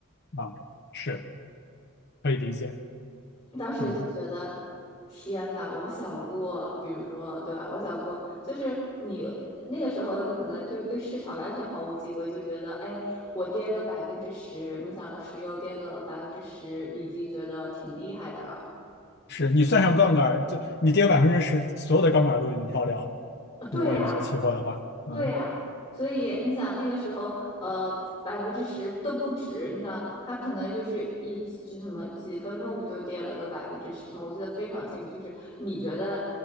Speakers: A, on the left (about 50°); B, on the left (about 20°).
A: 啊，是可以理解，
B: 当时就觉得，
A: 嗯，
B: 天呐，我想过，比如说，对吧？我想过，就是你那个时候就可能就是对市场完全毫无敬畏，就是觉得，哎，我跌个百分之十，你想石油跌个百分之十，已经觉得挺厉害的了。
A: 是你算上杠杆儿，就你跌百分之十，所有的杠杆儿都已经爆掉了。
B: 对呀。
A: 如果你做期货的话，嗯
B: 对呀、所以你想那个时候，呃，百分之十都不止。你想，它可能就是一就是什么几分钟不就跌了个百分之十吗？我记得非常清楚，就是你觉得